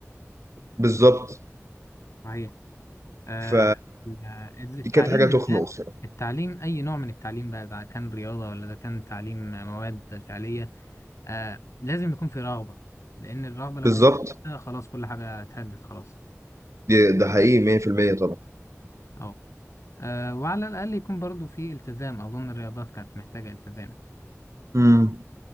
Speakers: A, on the right; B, on the left.
A: بالظبط
B: صحيح آه
A: ف
B: آه، التعليم
A: دي كانت حاجة
B: بالذات
A: تخنق الصراحة
B: التعليم اي نوع من التعليم بقى اذا كان رياضه ولا اذا كان تعليم مواد فعليه آه لازم يكون في رغبة لأن الرغبة لو
A: بالظبط
B: مش موجودة، خلاص كل حاجة اتهدت خلاص
A: دي- ده حقيقي 100% طبعا
B: أهو آه وعلى الأقل يكون برضو في التزام أظن الرياضات كانت محتاجة التزام
A: امم